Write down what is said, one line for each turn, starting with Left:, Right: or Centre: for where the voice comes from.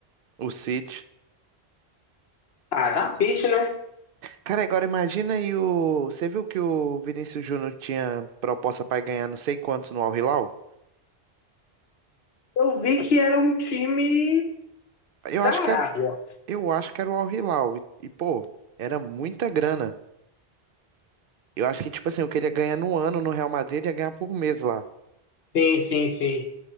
Right: O City.
Left: Ah, dá peixe, né?
Right: Cara, agora imagina aí o. Você viu que o Vinícius Júnior tinha proposta para ganhar não sei quantos no Al Hilal?
Left: Eu vi que era um time
Right: Eu
Left: da
Right: acho
Left: Arábia.
Right: que era, eu acho que era o Al Hilal. E, e, pô, era muita grana. Eu acho que, tipo assim, o que ele ia ganhar no ano no Real Madrid, ele ia ganhar por mês lá.
Left: Sim, sim, sim.